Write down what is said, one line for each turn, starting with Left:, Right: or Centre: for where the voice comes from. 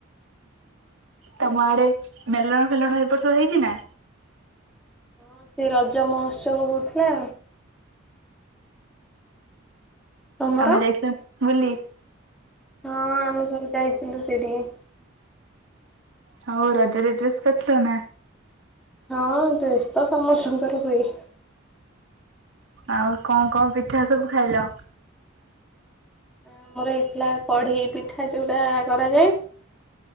Right: ତମ ଆଡେ ମେଲଣ ଫେଲଣ ଏ ବର୍ଷ ହେଇଛି ନା?
Centre: ହଁ ସେ ରଜ ମହୋତ୍ସବ ହଉଥିଲା। ତମର?
Right: ତମେ ଯାଇଥିଲ ବୁଲି?
Centre: ହଁ ଆମେ ସବୁ ଯାଇଥିଲୁ ସେଠିକି।
Right: ହଉ ରଜରେ ଡ୍ରେସ୍ କରଥିଲ ନା?
Centre: ହଁ ଡ୍ରେସ୍ ତ ସମସ୍ତଙ୍କର ହୁଏ।
Right: ଆଉ କଣ କଣ ପିଠା ସବୁ ଖାଇଲ?
Centre: ଆମର ହେଇଥିଲା କଢ଼େଇ ପିଠା ଯୋଉଟା କରାଯାଏ।